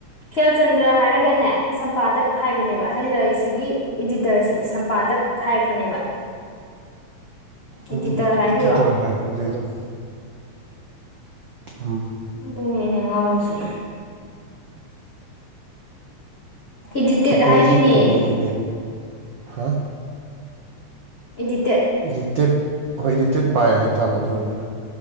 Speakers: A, on the left; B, on the right.
A: ꯈꯦꯜꯆꯟꯗ꯭ꯔ ꯍꯥꯏꯔꯒꯅꯦ ꯁꯝꯄꯥꯗꯛ ꯍꯥꯏꯕꯅꯦꯕ ꯍꯥꯏꯗꯤ ꯂꯥꯏꯔꯤꯛꯁꯤꯒꯤ ꯏꯗꯤꯇꯔꯁꯦ ꯁꯝꯄꯥꯗꯛ ꯍꯥꯏꯔꯛꯄꯅꯦꯕ ꯏꯗꯤꯇꯔ
B: ꯑꯗꯨ
A: ꯍꯥꯏꯗꯣꯏꯔꯣ
B: ꯏꯗꯤꯇꯔ ꯍꯥꯏꯔꯗꯨꯗꯤ ꯑꯗꯨꯝ ꯑꯝ
A: ꯑꯗꯨꯏꯅꯦ ꯑꯩꯅ ꯉꯥꯎꯔꯤꯁꯦ ꯏꯗꯤꯇꯦꯠ
B: ꯐꯨꯠꯕꯣꯜꯁꯦ
A: ꯍꯥꯏꯗꯣꯏꯅꯦ
B: ꯀꯩꯅꯣꯅꯤꯅꯦ ꯍꯥ
A: ꯏ ꯇꯠ
B: ꯏꯗꯤꯇꯦꯠ ꯍꯣꯏ ꯏꯗꯤꯇꯦꯠ ꯕꯥꯥꯏ ꯍꯥꯏꯇꯥꯕ ꯑꯗꯨ ꯑꯣꯏꯔꯅ